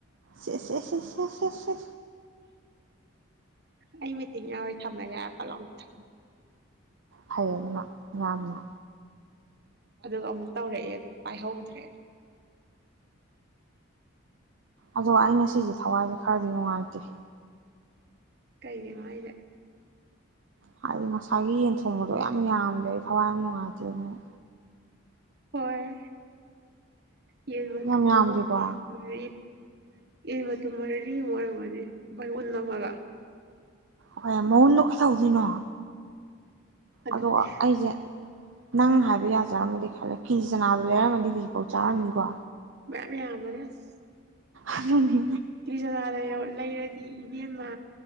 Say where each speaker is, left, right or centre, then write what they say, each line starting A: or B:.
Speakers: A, on the right; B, on the right.
A: ꯁꯦ ꯁꯦ ꯁꯦ ꯁꯦ ꯁꯦ
B: ꯑꯩ ꯃꯤꯇꯤꯡ ꯌꯥꯎꯋꯦ ꯊꯝꯃꯒꯦ ꯍꯥꯏꯔ ꯄꯥꯠ ꯂꯥꯎ ꯀꯥꯀꯊꯠ
A: ꯐꯩ ꯑꯗꯨꯅ ꯌꯥꯝꯅꯥ
B: ꯑꯗꯨꯒ ꯑꯃꯨꯛ ꯇꯧꯔꯛꯑꯦ ꯑꯗꯨ ꯄꯥꯏꯍꯧꯗ꯭ꯔꯦ
A: ꯑꯗꯣ ꯑꯩ ꯉꯁꯤꯁꯦ ꯊꯋꯥꯏꯁꯦ ꯈꯔꯗꯤ ꯅꯨꯡꯉꯥꯏꯇꯦ
B: ꯀꯩꯒꯤꯅꯣ ꯍꯥꯢꯁꯦ
A: ꯍꯥꯏꯗꯤ ꯉꯁꯥꯏꯒꯤ ꯌꯦꯟ ꯊꯣꯡꯕꯗꯣ ꯌꯥꯝ ꯌꯥꯝꯗꯦ ꯑꯩ ꯊꯋꯥꯏ ꯌꯥꯝ ꯅꯨꯡꯉꯥꯏꯇꯦ ꯑꯗꯨꯅ
B: ꯍꯣꯏ ꯌꯦꯟ ꯃꯇꯨꯝ
A: ꯌꯥꯝ ꯌꯥꯝꯗꯦꯀꯣ
B: ꯑꯍꯨꯝ ꯃꯔꯤ ꯏꯕ ꯃꯇꯨꯝ ꯃꯔꯤ ꯃꯨꯛ ꯑꯣꯏꯔꯝꯒꯅꯤ <unintelligible> ꯃꯂ
A: ꯍꯣꯢ ꯃꯑꯟꯗꯣ ꯀꯇꯧꯗꯣꯢꯅꯣ
B: ꯑꯗꯨꯗꯤ
A: ꯑꯗꯣ ꯑꯩꯁꯦ ꯅꯪꯅ ꯍꯥꯏꯕ ꯌꯥꯖꯔꯝꯃꯗꯤ ꯈꯜꯂꯦ ꯀꯤꯂꯤꯆꯅꯥꯗꯨ ꯂꯩꯔꯝꯃꯗꯤ ꯍꯧꯖꯤꯛꯐꯥꯎ ꯆꯥꯔꯝꯅꯤꯀꯣ
B: ꯃꯌꯥꯝ ꯌꯥꯝꯕꯅꯤ ꯑꯁ
A: ꯑꯗꯨꯅꯤ
B: ꯀꯤꯂꯤ ꯆꯅꯥꯗꯣ ꯂꯩꯔꯗꯤ ꯏꯕꯦꯝꯃ